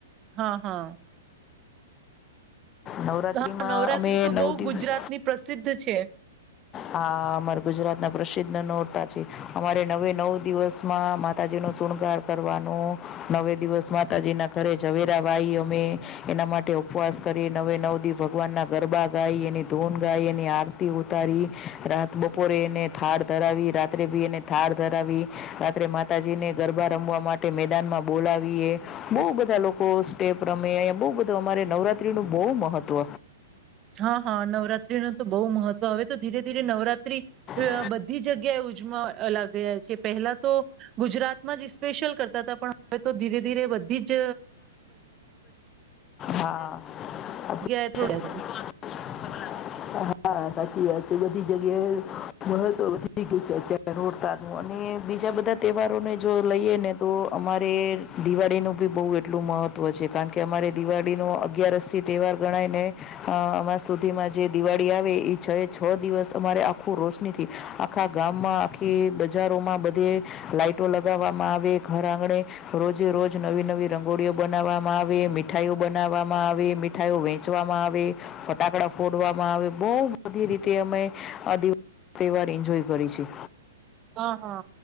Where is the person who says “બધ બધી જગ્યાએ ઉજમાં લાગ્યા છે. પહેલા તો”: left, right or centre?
Right